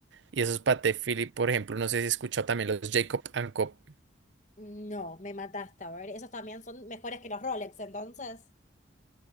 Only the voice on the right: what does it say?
Y esos Patek Philippe, por ejemplo, no sé si he escuchado también los Jacob and Co.